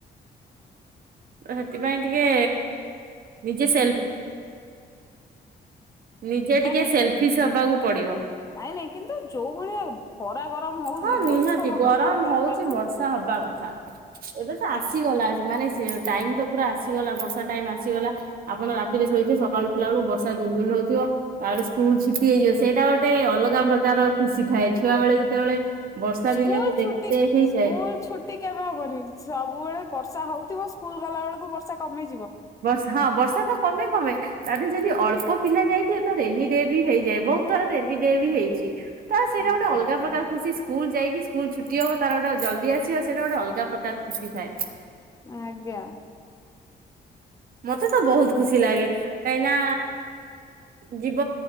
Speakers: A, on the right; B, on the left.
A: ହେଥିପାଇଁ ଟିକେ ନିଜେ ସେଲ୍ଫ ନିଜେ
B: ନାଇଁ
A: ଟିକେ
B: ନାଇଁ
A: ସେଲଫିସ୍ ହବାକୁ ପଡିବ।
B: ନାଇଁ ନାଇଁ କିନ୍ତୁ ଯୋଉ ଭଳିଆ ଖରା ଗରମ ହଉଛି
A: ହଁ ନିହାତି!
B: ବର୍ଷା ତ ହବା
A: ଗରମ
B: ନିହାତି ଦରକାର
A: ହଉଛି
B: ନା।
A: ବର୍ଷା ହବା କଥା। ଏବେ ତ ଆସିଗଲା। ମାନେ ସେ ଟାଇମ୍ ତ ପୁରା ଆସିଗଲା। ବର୍ଷା ଟାଇମ୍ ଆସିଗଲା। ଆପଣ ରାତିରେ ଶୋଇଥିବେ, ସକାଳୁ ଉଠ ଲା ଳକୁ, ବର୍ଷା ଦୁଲ୍ ଦୁଲ୍ ହଉଥିବ। ତାପରେ ସ୍କୁଲ ଛୁଟି ହେଇଯିବ। ସେଇଟା ଗୋଟେ ଅଲଗା ପ୍ରକାରର ଖୁସି ଥାଏ। ଚୁଆ ବେଳେ ଯେତେବେଳେ? ବର୍ଷା
B: ସ୍କୁଲ
A: ଦିନରେ ରେନି
B: ଛୁଟି,
A: ଡେ ହେଇଯାଏ
B: ସ୍କୁଲ ଛୁଟି କେବେ ହବନି? ସବୁବେଳେ ବର୍ଷା ହଉ ଥିବ। ସ୍କୁଲ ଗଲା ବେଳକୁ ବର୍ଷା କମି
A: ବର୍ଷ ହଁ ବର୍ଷ ତ କମେ କମେ ତାେରେ ଯଦି ଅଳ୍ପ ପିଲା ଯାଇଥିବେ ତ ରେନି ଡେ ବି ହେଇଯାଏ ବହୁତ ଥର ରେନି ଡେ ବି ହେଇଛି। ତ ସେଇଟା
B: ଆଜ୍ଞା
A: ଗୋଟେ ଅଲଗା
B: ଆଜ୍ଞା
A: ପ୍ରକାର ଖୁସି ସ୍କୁଲ ଯାଇକି ସ୍କୁଲ ଛୁଟି ହବ ତାର ଗୋଟେ ଜଲଦି ଆସିବ ସେଇଟା ଗୋଟେ ଅଲଗା ପ୍ରକାର ଖୁସି ଥାଏ।
B: ଆଜ୍ଞା।
A: ମତେ ତ ବହୁତ ଖୁସି ଲାଗେ କାହିଁନା ଯିବ